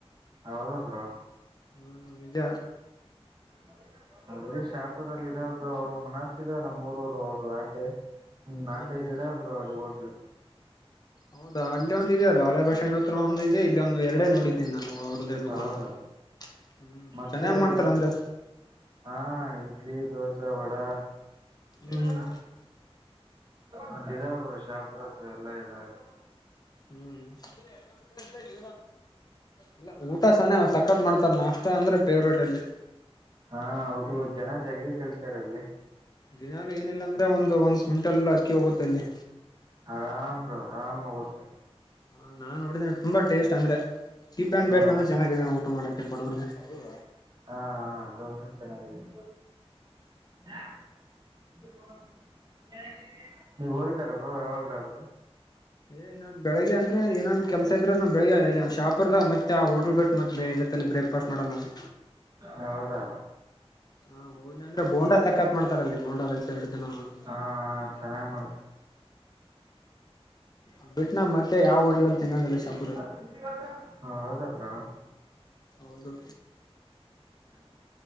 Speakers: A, on the right; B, on the left.
A: ಹೌದ ಬ್ರೋ
B: ಹ್ಮ ನಿಜ
A: <unintelligible> ಅಲ್ಲಿ ಶಾಪುರಲ್ಲಿ ಇದಾವ ಅವ್ರು ಮನಸ್ತ ಇದಾವ ನಮ್ಮ್ ಊರೊರು ಅವ್ರು ಆಟೆ ಹ ನಾಕೈದ
B: ಹ್ಮ ಹ್ಮ
A: ಇದೆ ಬ್ರೋ ಅಲ್ಲಿ ಹೊಟ್ಲು
B: ಹೌದಾ ಅಲ್ಲಿ ಒಂದ ಇದೆ ಅಲ್ಲ ಹಳೆ ಬಸ್ ಸ್ಯಾಂಡ್ ಹತ್ರ ಒಂದ ಇದೆ ಇಲ್ಲಿ ಒಂದು ಎರಡೆ ನೋಡಿದ್ದೀನಿ ನಾನು ಅವ್ರದ್ದೇ ದುಕಾನು
A: ಹೌ
B: ಹ್ಮ್
A: ಮತ್ತೆ
B: ಚೆನ್ನಾಗ್ ಮಾಡ್ತಾರ
A: ಇ
B: ಅಂದ್ರೆ
A: ಹಾ ಇಡ್ಲಿ ದೋಸಾ ವಡ <unintelligible>
B: ಹ್ಮ್
A: ನಂದ ಇದ ಬ ಶಾಪುರ್ ಹತ್ರ ಎಲ್ಲಾ ಇದ <unintelligible>
B: ಹ್ಮ್ <unintelligible> ಇಲ್ಲ ಉಟ್ ತ ಸನ್ಯವ್ ಸಕ್ಕತ್ ಮಾಡ್ತರ್ ನಾಷ್ಟ ಅಂದ್ರ ಪೇವ್ರೇಟ್ ಅಲ್ಲಿ.
A: ಹಾ ಹೌದು ಜನ ಜಗ್ಗಿ ಕೇಳ್ತಾರೆ ಅಲ್ಲಿ.
B: ದಿನಾಲು ಏನಿಲ್ಲ ಅಂದ್ರೆ ಒಂದು ಒಂದ್ ಕ್ವಿಂಟಲ್ ಅಕ್ಕಿ ಹೋಗುತ್ತೆ ಅಲ್ಲಿ.
A: ಹಾ ಬ್ರೋ ಆರಾಮ್ ಹೊಗುತ್ತೆ.
B: ಹಾ ನಾನ್ ನೋಡಿದೇನೆ ತುಂಬಾಟೇಸ್ಟ್ ಅಂದ್ರೆ ಚೀಪ್ ಆಂಡ್
A: ಹಾ
B: ಬೆಸ್ಟ್ ಅಂದ್ರೆ ಚೆನ್ನಾಗಿದೆ ನೋಡ್ ಊಟ ಮಾಡಕ್ಕೆ ಬಡವರಿಗೆ ಹೌದ
A: ಹಾ ಹ ಅದೊಂದು ಚನ್ನಾಗಿದೆ <unintelligible> <unintelligible> ನೀವು ಹೋಗಿದಿರ ಬೋ ಯಾವಾಗ್ಲಾದ್ರು.
B: ಏ ನನ್ ಬೆಳಗ್ಗೆ ಅಂದ್ರೆ ಏನನ ಕೆಲ್ಸ ಇದ್ರೆ ನಾನ್ ಬೆಳಗ್ಗೆ ಶಾಪರ್ದ ಮತ್ತ ಆ ಹೋಟಲ್ ಬಿಟ್ ಮತ್ ಬೇರೆ ತಲ್ಲಿ ಬ್ರೇಕ್ಫಾಸ್ಟ್ ಮಾಡಲ್ಲ ನಾನು.
A: ಹೌದಾ
B: ಹಾ ಹೋದ್ನ ಅಂದ್ರ ಬೋಂಡಾ ಸಕ್ಕಾತ್ ಮಾಡ್ತಾರಲ್ಲಿ ಬೋಂಡಾ ರೆ ಎರಡ ದಿನ ನಾನ್
A: ಹಾ ಚೆನ್ನಾಗ್ ಮಾಡ್ತ
B: ಹ್ಮ್ ಬಿಟ್ಟನಾ ಮತ್ತೆ ಯಾವ ಹೋಟೆಲ್ ಅಲ್ಲಿ ತಿನ್ನೋದೀಲ್ಲ ಶಾಪುರ್
A: ಆ ಪಿಸ್ಬಿ ಗೊಳ್ ತಾ ಹೌದಾ ಬ್ರೋ
B: ಹೌದು
A: <unintelligible>